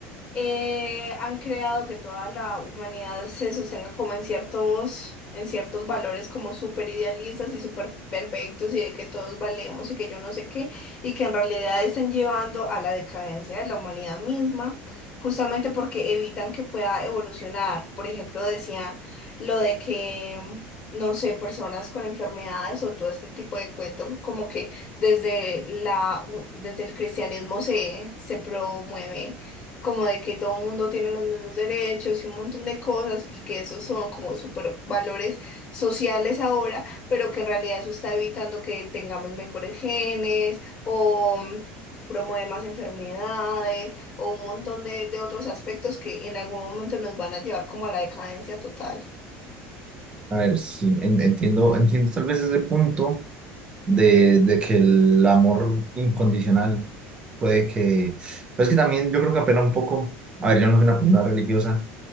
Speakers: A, on the left; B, on the right.
A: eh, han creado que toda la humanidad se sostenga como en ciertos, en ciertos valores como súper idealistas y súper perfectos y de que todos valemos y que yo no sé qué, y que en realidad estén llevando a la decadencia de la humanidad misma, justamente porque evitan que pueda evolucionar. Por ejemplo, decía lo de que... No sé, personas con enfermedades o todo este tipo de cuentos, como que desde la, desde el cristianismo se, se promueve como de que todo el mundo tiene los mismos derechos y un montón de cosas y que esos son como super valores sociales ahora, pero que en realidad eso está evitando que tengamos mejores genes o mm, promueve más enfermedades o un montón de, de otros aspectos que en algún momento nos van a llevar como a la decadencia total.
B: A ver, sí, en- entiendo, entiendo tal vez ese punto. de, de que el amor incondicional puede que... Pues que también yo creo que apela un poco, a ver, yo no soy una persona religiosa,